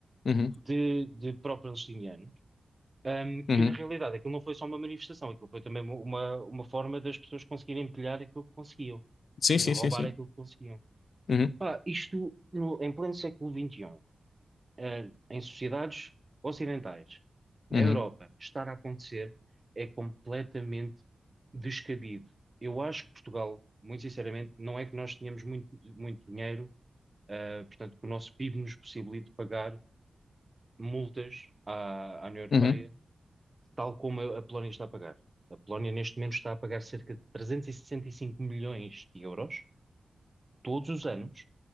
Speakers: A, on the left; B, on the right.
A: uhum,
B: de, de pró-palestinianos, ahm,
A: uhum.
B: que na realidade aquilo não foi só uma manifestação, aquilo foi também uma, uma forma das pessoas conseguirem empilhar aquilo que conseguiam
A: Sim,
B: e
A: sim,
B: de roubar
A: sim, sim.
B: aquilo que conseguiam.
A: Uhum,
B: Pá, isto no- em pleno século vinte e um eh, em sociedades ocidentais, na
A: uhum,
B: Europa, estar a acontecer é completamente descabido. Eu acho que Portugal, muito sinceramente, não é que nós tenhamos muito, muito dinheiro, eh, portanto, que o nosso PIB nos possibilite pagar multas à, à União Europeia,
A: uhum,
B: tal como a, a Polónia está a pagar. A Polónia, neste momento, está a pagar cerca de 365 milhões de euros todos os anos